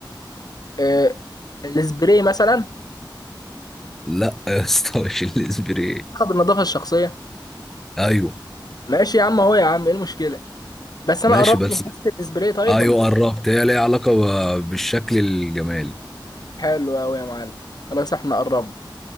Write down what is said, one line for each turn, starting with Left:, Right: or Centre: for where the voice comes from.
Left: آه، السبراي مثلا
Centre: <laughs> لا يا اسطى مش الاسبري
Left: اخد النظافة الشخصية
Centre: ايوه
Left: ماشي يا عم اهو يا عم ايه المشكلة بس انا
Centre: ماشي
Left: قربت
Centre: بس
Left: من حتة السبراي طيب
Centre: ايوه
Left: ولا إيه؟
Centre: قربت هي ليها علاقه ب- بالشكل الجمالي
Left: حلو قوي يا معلم خلاص احنا قربنا